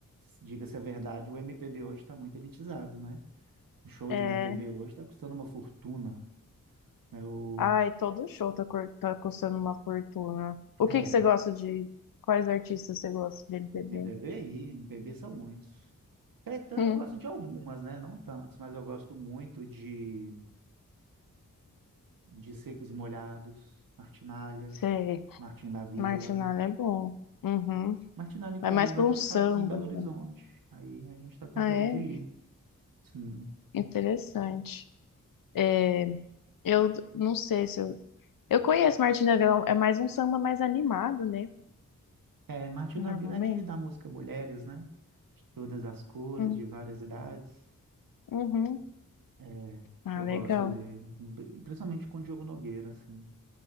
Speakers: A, on the right; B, on the left.
A: Diga-se a verdade, o MPB hoje está muito elitizado, né? O show
B: É,
A: de MPB hoje está custando uma fortuna. É o...
B: Ai, todo show tá, cur- tá custando uma fortuna. O
A: É,
B: que que você gosta de. Quais artistas você gosta de MPB?
A: MPB aí, MPB são muitos. Caetano
B: Hum,
A: eu gosto de algumas, né? Não tantos, mas eu gosto muito de, de Secos e Molhados, Martinália,
B: sei.
A: Martinho da Vila.
B: Martinalha é bom. Uhum.
A: Martinália, inclusive,
B: Vai mais
A: vai
B: pra
A: tocar
B: um samba,
A: aqui em Belo
B: então.
A: Horizonte. Aí a gente tá com
B: Ah,
A: plano
B: é?
A: de ir. Sim.
B: Interessante. É, Eu não sei se eu. Eu conheço Martinha da Vila, é mais um samba mais animado, né?
A: É, Martinho
B: Normalmente.
A: da Vila é aquele da música Mulheres, né? De todas as cores,
B: Uhum.
A: de várias idades.
B: Uhum.
A: É,
B: Ah,
A: eu
B: legal.
A: gosto dele. Bri- Principalmente com o Diogo Nogueira, assim.